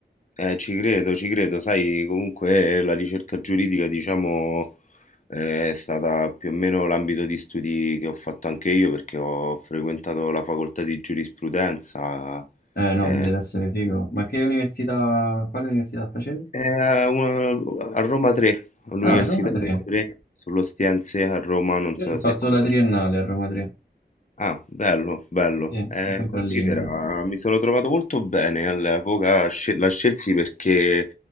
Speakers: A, on the left; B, on the left.
A: Eh, ci credo, ci credo. Sai, comunque eh, la ricerca giuridica, diciamo, eh, è stata più o meno l'ambito di studi che ho fatto anche io perché ho frequentato la facoltà di giurisprudenza
B: Eh no,
A: eh,
B: deve essere figo. Ma che università, quale università facevi?
A: eh, a, una- a Roma 3, all'Università
B: Ah, Roma 3.
A: di Roma 3, sull'Ostiense a Roma, non
B: Io
A: so
B: ci ho fatto
A: se conosci.
B: la triennale a Roma 3.
A: Ah, bello, bello.
B: Sì,
A: Eh,
B: ma sempre
A: considera,
B: a lingue.
A: mi sono trovato molto bene all'epoca, scel- la scelsi perché